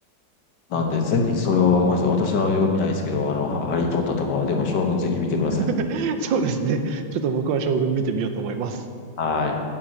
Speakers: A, on the left; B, on the right.
A: なんで、
B: 本当
A: ぜひ、それは、ごめんなさい。私は読みないですけど、あの、ハハリーポッターとかは、でも、将軍ぜひ見てください。
B: <laughs> そうですね。ちょっと僕は将軍見てみようと思います。
A: はい。